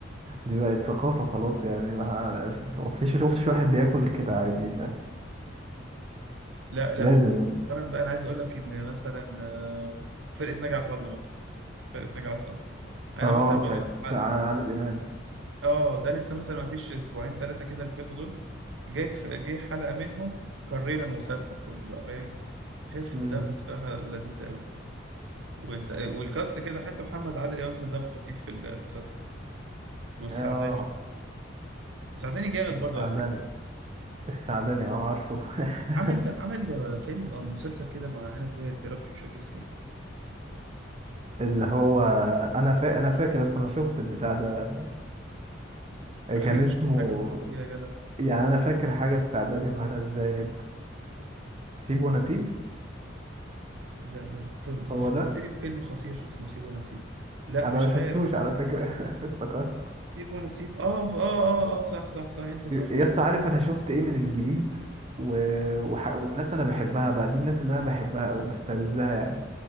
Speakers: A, on the right (about 30°); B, on the right (about 70°).
A: دي بقت ثقافة خلاص يعني ما ما فيش شفتش واحد بياكل كده عادي
B: لا لا
A: فلازم
B: ومؤخرا بقى انا عايز اقول لك ان مثلا آه، فرقه ناجي عطا الله مثلا فرقه ناجي عطا الله انا
A: اه
B: مثلا بقى
A: بتاعت ع- عادل امام
B: اه ده لسه مثلا ما فيش اسبوعين ثلاثه كده اللي فاتوا دول جه في- جه حلقه منهم قرينا المسلسل كله بقى فاهم خفة
A: امم
B: دمه بصراحه لذيذه قوي وانت والكاست كده حتى محمد عادل امام كان دمه خفيف في المسلسل ده والسعداني
A: اه
B: السعداني جامد
A: السعداني
B: برضه على فكره
A: السعداني اه عارفه <laughs>
B: عامل عامل فيلم او مسلسل كده مع هنا زاهد يا ربي مش فاكر اسمه ايه
A: اللي هو انا فا... انا فاكر اصلا انا شفت البتاع ده
B: اخيرا
A: كان اسمه
B: شفت حاجه مصريه يا جدع
A: يعني انا فاكر حاجه السعداني وهنا الزاهد سيب ونسيب
B: لا ده انت ده أنت
A: هو
B: فكرتني
A: ده
B: بفيلم خطير اسمه سيب ونسيب لا
A: انا
B: مش
A: ما شفتوش
B: عارف
A: على فكره <laughs> افتكرت
B: سيب ونسيب اه اه اه اه صح صح صح انت صح
A: يس عارف انا شفت ايه من الجديد و... وح... والناس انا بحبها بقى دي الناس اللي انا بحبها او بستلذها يعني